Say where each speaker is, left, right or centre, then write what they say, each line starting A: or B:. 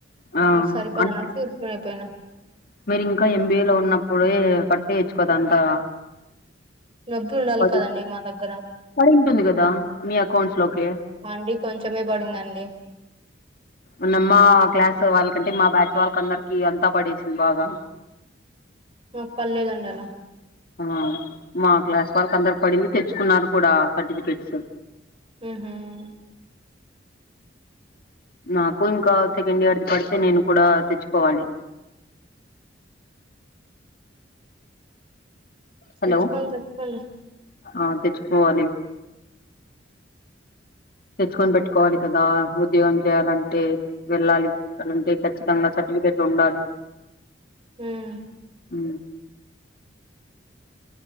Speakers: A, on the left; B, on the right.
A: ఆ
B: ఇంక సరిపోదన్నర్కు
A: అంటే
B: అయిపోయినా
A: మీరు ఇంకా ఎంబీఏలో ఉన్నప్పుడే కట్టేయచ్చు కదా అంతా
B: డబ్బు ఉండాలి
A: పడి
B: కదండి మా దగ్గర
A: పడింటుంది కదా మీ అకౌంట్స్ లోకి
B: అండి కొంచమే పడిందండి
A: ఉన్నమ్మా క్లాస్ వాళ్ళకంటే మా బ్యాచ్ వాళ్ళకి అందరికి అంతా పడేసింది బాగా
B: మాకు పడలేదండి అలా
A: ఆ మా క్లాస్ వాళ్ళకి అందరు పడింది తెచ్చుకున్నారు కూడా సర్టిఫికెట్స్
B: ఊహ్మ్
A: నాకు ఇంకా సెకండ్ ఇయర్ది పడితే నేను కూడా తెచ్చుకోవాలి
B: తెచ్చుకోండి
A: హలో
B: తెచ్చుకోండి
A: ఆ తెచ్చికోవాలి తెచ్చుకొని పెట్టుకోవాలి కదా ఉద్యోగం చేయాలంటే వెళ్ళాలిలంటే ఖచ్చితంగా చ సర్టిఫికెట్లు ఉండాలి
B: హ్మ్
A: అ